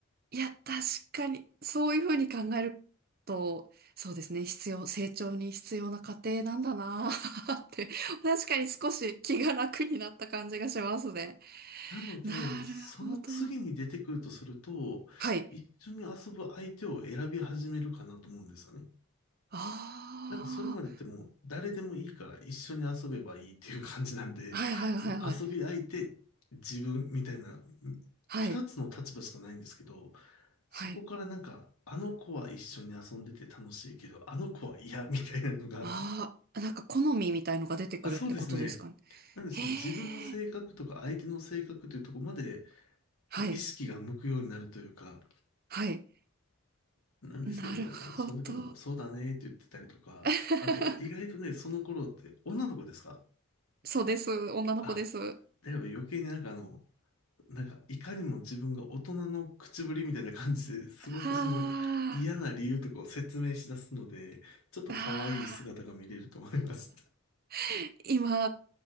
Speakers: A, on the right; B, on the left.
A: いや、確かに、そういうふうに考えると、そうですね、必要、成長に必要な過程なんだなー <laughs> って、<laughs> 確かに少し気が楽になった感じがしますね。
B: なので、
A: なるほど。
B: その次に出てくるとすると、
A: はい。
B: 一緒に遊ぶ相手を選び始めるかなと思うんですよね。
A: あ
B: なんかそれまでってもう誰でもいいから一緒に遊べばいいっていう感じなんで、
A: あ、はいはいはいはい。
B: <laughs> その遊び相手、自分みたいな、
A: はい、
B: 二つの立場しかないんですけど、そこからなんか、
A: はい。
B: あの子は一緒に遊んでて楽しいけど、あの子は嫌みたいなのが
A: ああ、なんか好みみたいのが出てくるってことですかね。
B: <laughs> あ、そうですね。なんでその自分の性格とか相手の性格というところまで、
A: へえ、はい、
B: こう意識が向くようになるというか、
A: はい。
B: なんですけども、
A: んなるほど。
B: その時はもうそうだねって言ってたりとか、
A: <laughs>
B: あと意外とね、その頃って女の子ですか
A: そうです。女の子です。
B: あ、
A: は
B: であれば余計になんかあの、なんか、いかにも自分が大人の口ぶりみたいな感じですごくその嫌な理由とかを説明し出すので、
A: あ、
B: ちょっと可愛い姿が見れると思います。
A: あー今、若